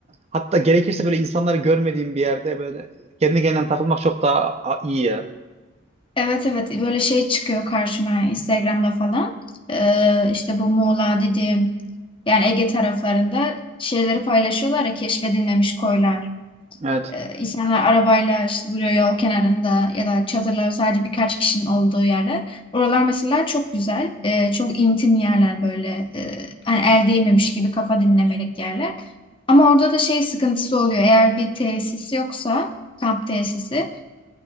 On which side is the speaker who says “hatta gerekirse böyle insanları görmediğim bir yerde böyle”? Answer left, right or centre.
Right